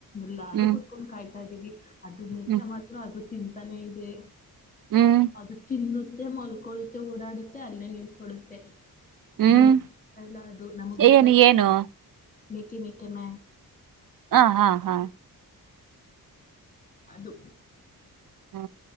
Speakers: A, on the left; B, on the right.
A: ಎಲ್ಲಾರು
B: ಹ್ಮ್
A: ಕುೂತ್ಕೊಂಡ್ ಕಾಯ್ತಾ ಇದ್ದೀವಿ ಅದ ಮುಖೆ
B: ಹ್ಮ್
A: ಮಾತ್ರ ಅದು ತಿಂತಾನೆ ಇದೆ
B: ಹ್ಮ್
A: ಅದು ತಿನ್ನು ಮಲ್ಕೊಳ್ಳುತ್ತೆ ಓಡಾಡುತ್ತೆ ಅಲ್ಲೇ ನಿಲ್ಕಡುತ್ತೆ
B: ಹ್ಮ್
A: ಇನ್ನ ಎಲ್ಲ ಅದು ನಮಗ್ ಬೇಕಾದ
B: ಏನು ಏನು
A: ಮೇಕೆ ಮೆೇಕೆಮ್ಮ
B: ಹ ಹಾ ಹಾ
A: ಅದು
B: ಹ್ಮ